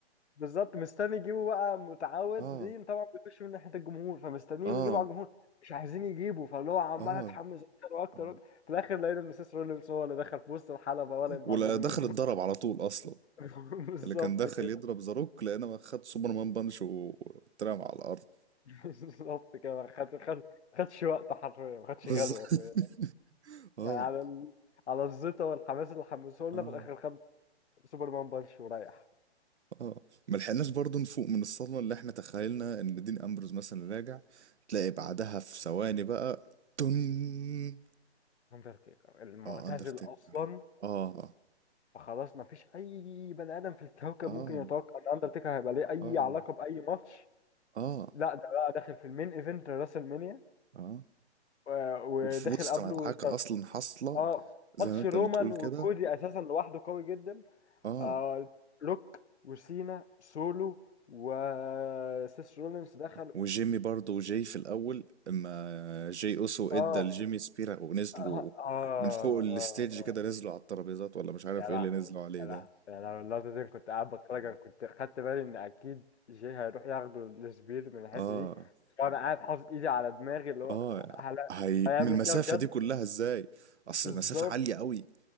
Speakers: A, on the left; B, on the right.
A: بالظبط مستني يجيبوا بقى متعود
B: اه
A: دي طبعا بيخش من ناحيه الجمهور فمستنيين
B: اه
A: يجيبوا على الجمهور مش عايزين يجيبوا فاللي هو عمال
B: اه
A: اتحمس اكتر واكتر
B: آه.
A: وأكتر. في الاخر لقينا ان سيس رولينز هو اللي دخل في وسط الحلبه ولا اللي
B: ولا
A: عند الجمهور
B: دخل اتضرب على طول اصلا
A: <laughs> بالظبط
B: اللي كان داخل
A: كده
B: يضرب زاروك لقينا خد سوبرمان بانش و- واترمى على الارض
A: بالظبط كده ما خد خد خدش وقت حرفيا ما خدش
B: بالظبط
A: غلوه في
B: <laughs> اه
A: يعني على ال... على الزيطه والحماس اللي حمسوه لنا
B: اه
A: في الاخر خد سوبرمان بانش وريح
B: اه ما لحقناش برضه نفوق من الصدمه اللي احنا تخيلنا ان دين امبروز مثلا راجع تلاقي بعدها في ثواني بقى تن
A: اندرتيكر المعتزل
B: اه اندرتيكر
A: اصلا
B: اه
A: فخلاص ما فيش اي بني ادم في الكوكب
B: اه
A: ممكن يتوقع ان اندرتيكر هيبقى ليه اي
B: اه
A: علاقه باي ماتش
B: اه
A: لا ده بقى داخل في المين ايفنت راسل مانيا
B: اه
A: و- وداخل
B: وفي وسط
A: قبله
B: مدعكه
A: س-
B: اصلا حاصله
A: اه
B: زي
A: ماتش
B: ما انت
A: رومان
B: بتقول
A: وكودي
B: كده
A: اساسا لوحده قوي جدا
B: اه
A: آه لوك وسينا سولو وسيس رولينز دخل
B: وجيمي برضه وجاي في الأول اما جاي أوسو ادى
A: اه
B: لجيمي سبيرا ونزلوا
A: اه اه
B: من فوق الستيج
A: اه
B: كده نزلوا على الترابيزات ولا مش عارف
A: يا
B: ايه
A: لهوي
B: اللي نزلوا عليه
A: يا
B: ده
A: لهوي يا لهوي اللقطة دي أنا كنت قاعد بتفرج انا كنت خدت بالي ان اكيد جي هيروح ياخده السبير من الحتة
B: اه
A: دي وانا قاعد حاطط ايدي على دماغي اللي هو
B: اه
A: هل...
B: هي
A: هيعمل
B: من المسافة
A: كده بجد
B: دي كلها ازاي اصل
A: بالظبط
B: المسافة عالية قوي